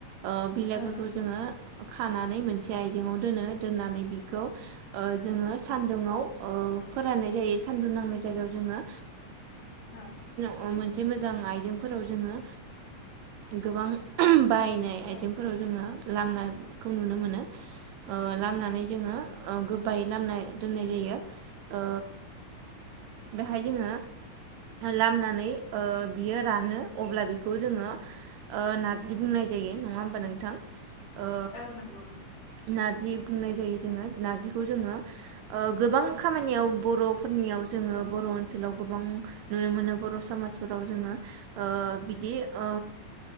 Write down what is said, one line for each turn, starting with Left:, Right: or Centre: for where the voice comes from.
Right: ओ बिलाइफोरखौ
Left: औ नंगौ
Right: जोङो खानानै मोनसे आइजेंवा दोनो। दोननानै बिखौ ओ जोङो सान्दुुं ओ फोराननाय जायो सानदुं नांनाय जायगायाव जों आङो
Left: औ
Right: मोनसे मोजां आइजेंफोराव ओ जोङो गोबां बायनाय
Left: औ
Right: आइजेंफोराव जोङो लामनाखौ नुनो मोनो ओ लाम जोङो गोबाय लामना दोननाय जायो ओ बेहाय जोङो लामनानै ओ बियो रानो अब्ला बिखौ जोङो ओ नारजि बुंनाय जायो। नङा होमबा नोंथां? ओ
Left: औ नांगौ।
Right: नारजि बुंनाय जायो जोङो नारजिखौ जोङो ओ गोबां खामानियाव बर'फोरनियाव जोङो बर' ओनसोलाव गोबां नुनो मोनो बर' समाजफोराव जोङो ओ बिदि ओ